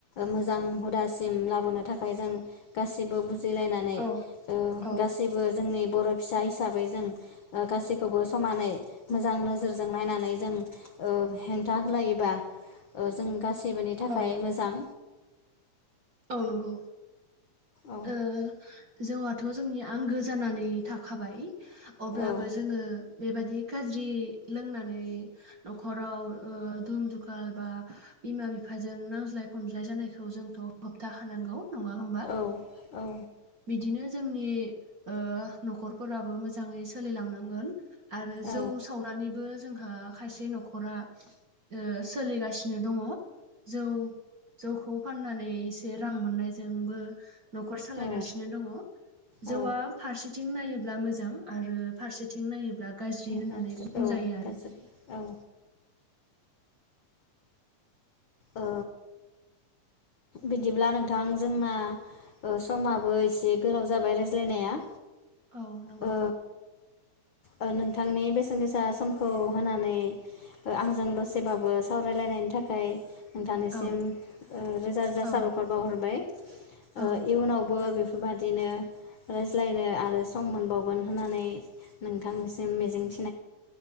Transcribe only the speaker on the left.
मोजां हुदासिम लाबोनो थाखाय जों गासिबो बुजिलायनानै
ओ
गासैबो जोंनि बर' फिसा हिसाबै जों ओ गासैखौबो समानै मोजां नोजोरजों नायनानै जों ओ हेंथा होलायोबा ओ जों गासै निबोनि थाखाय
मोजां।
औ
औ
औ औ
औ
औ
औ
औ
औ गाज्रि
औ ओ बिदिब्ला नोंथां जोंना ओ समाबो एसे गोलाव जाबाय रायज्लायनाया
ओ ओ नोंथांनि बेसेन गोसा समखौ होनानै ओ आंजों दसेबाबो सावरायलायनायनि थाखाय नोंथानिसिम
ओ रोजा रोजा
साबाखर बावहरबाय ओ
इयुनावबो बेफोरबादिनो रायज्लायनो आरो सम मोनबावगोन होननानै नोंथांनिसिम मिजिंथि